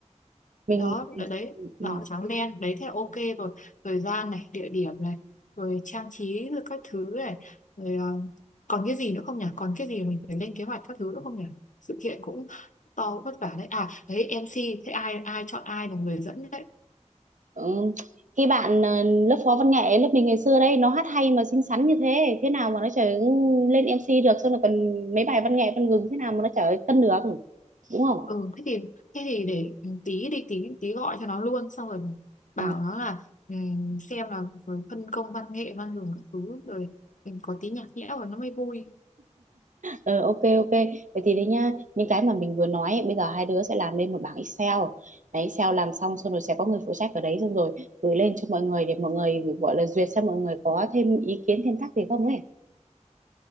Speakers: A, on the right (about 85°); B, on the left (about 85°).
A: mình
B: đó đấy, đấy
A: ừ. ừ.
B: đỏ trắng đen đấy thế là ok rồi thời gian này địa điểm này rồi trang trí rồi các thứ này rồi ờ, còn cái gì nữa không nhỉ còn cái gì mình phải lên kế hoạch các thứ nữa không nhỉ sự kiện cũng to vất vả đấy à đấy MC thế ai ai chọn ai là người dẫn đấy
A: Ừ. cái bạn ờ, lớp phó văn nghệ lớp mình ngày xưa đấy nó hát hay mà xinh xắn như thế thế nào mà nó trở lên MC được xong là còn mấy bài văn nghệ văn gừng thế nào mà nó trở cân được đúng không
B: ừ thế thì thế thì để ừ, tí đi tí tí gọi cho nó luôn xong rồi bảo
A: Ừ.
B: nó là ừm, xem là rồi phân công văn nghệ văn đường các thứ rồi ừ, có tí nhạc nhẽo rồi nó mới vui
A: Ờ, ok ok vậy thì đấy nhá những cái mà mình vừa nói ấy, bây giờ hai đứa sẽ làm lên một bảng Excel đấy Excel làm xong xong rồi sẽ có người phụ trách ở đấy xong rồi gửi lên cho mọi người để mọi người gọi là duyệt xem mọi người có thêm ý kiến thêm thắc gì không ấy